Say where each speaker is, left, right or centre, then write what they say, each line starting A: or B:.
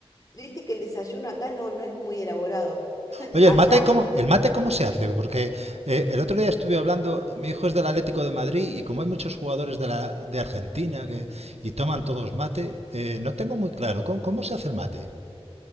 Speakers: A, on the left; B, on the right.
A: Viste que el desayuno acá no, no es muy elaborado.
B: Oye,
A: ¿Allá?
B: ¿el mate cómo, el mate cómo se hace? Porque eh, el otro día estuve hablando, mi hijo es del Atlético de Madrid y como hay muchos jugadores de, la, de Argentina que, y toman todos mate, eh, no tengo muy claro ¿cómo, cómo se hace el mate.